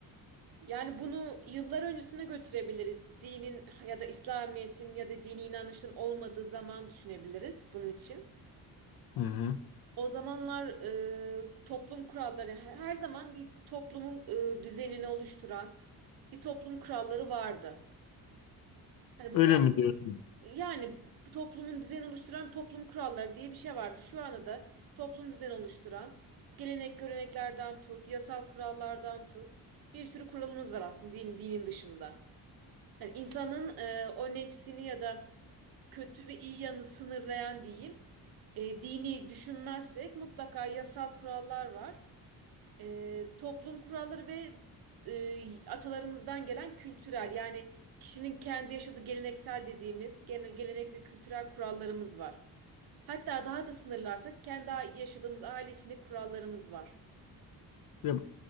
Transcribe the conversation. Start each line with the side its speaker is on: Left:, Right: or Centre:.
Right: Yani bunu yıllar öncesine götürebiliriz. Dinin ya da İslamiyet'in ya da dini inanışın olmadığı zaman düşünebiliriz bunun için.
Left: Hı hı.
Right: O zamanlar e, toplum kuralları her zaman bir toplumun e, düzenini oluşturan bir toplum kuralları vardı. Hani bu
Left: Öyle mi diyorsun?
Right: Yani bu toplumun düzen oluşturan toplum kuralları diye bir şey vardı. Şu anda da toplum düzen oluşturan gelenek göreneklerden tut, yasal kurallardan tut. Bir sürü kuralımız var aslında din, dinin dışında. Yani insanın e, o nefsini ya da kötü ve iyi yanını sınırlayan diyeyim, e, dini düşünmezsek mutlaka yasal kurallar var e, toplum kuralları ve e, atalarımızdan gelen kültürel yani kişinin kendi yaşadığı geleneksel dediğimiz genel gelenek ve kültürel kurallarımız var. Hatta daha da sınırlarsak kendi a- yaşadığımız aile içinde kurallarımız var.
Left: Ya,